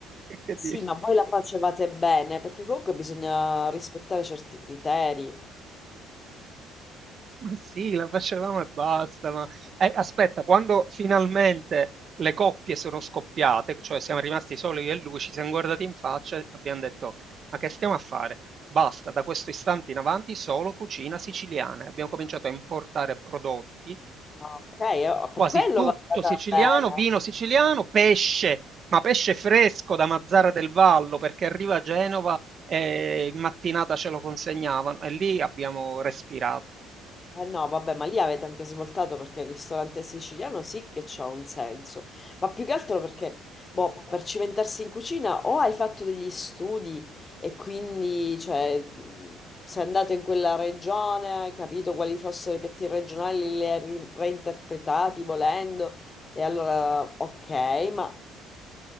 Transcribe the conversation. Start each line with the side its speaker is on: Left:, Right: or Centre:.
Right: <laughs> Che
Left: sì,
Right: dire?
Left: ma voi la facevate bene, perché comunque bisogna rispettare certi criteri.
Right: Ma sì, la facevamo e basta. Ma... Eh, aspetta, quando finalmente le coppie sono scoppiate, cioè siamo rimasti soli io e lui, ci siamo guardati in faccia e abbiamo detto: Ma che stiamo a fare? Basta, da questo istante in avanti solo cucina siciliana. E Abbiamo cominciato a importare prodotti,
Left: Ah, Ok, eh,
Right: quasi
Left: per quello
Right: tutto
Left: va andata
Right: siciliano,
Left: bene.
Right: vino siciliano, pesce, ma pesce fresco da Mazzara del Vallo, perché arriva a Genova e in mattinata ce lo consegnavano. E lì abbiamo respirato.
Left: Eh no, vabbè, ma lì avete anche svoltato perché il ristorante siciliano sì che c'ha un senso, ma più che altro perché, boh, per cimentarsi in cucina o hai fatto degli studi e quindi, cioè, mh, sei andato in quella regione, hai capito quali fossero i piatti regionali, li hai ri- reinterpretati volendo, e allora, ok, ma